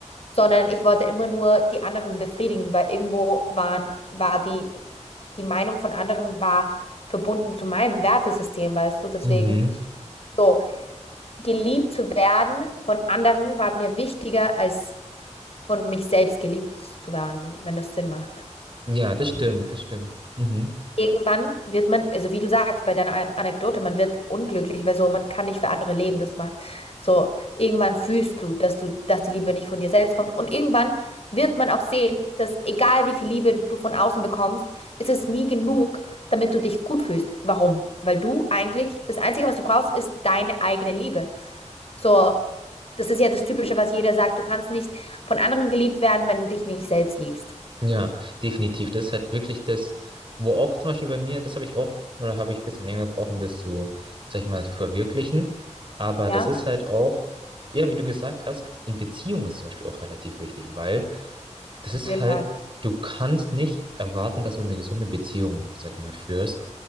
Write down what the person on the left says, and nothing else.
sondern ich wollte immer nur die anderen befriedigen, weil irgendwo waren, war die, die Meinung von anderen war verbunden zu meinem Wertesystem, weißt du, deswegen
so geliebt zu werden von anderen war mir wichtiger als von mich selbst geliebt zu werden, wenn das Sinn macht.
Irgendwann wird man, also wie du sagst, bei deiner An- Anekdote, man wird unglücklich, weil so, man kann nicht für andere leben. Das macht so, irgendwann fühlst du, dass du, dass die Liebe nicht von dir selbst kommt. Und irgendwann wird man auch sehen, dass egal wie viel Liebe du von außen bekommst, ist es nie genug, damit du dich gut fühlst. Warum? Weil du eigentlich, das Einzige, was du brauchst, ist deine eigene Liebe. So, das ist ja das Typische, was jeder sagt. Du kannst nicht von anderen geliebt werden, wenn du dich nicht selbst liebst.
Ja,
auf
jeden
Fall.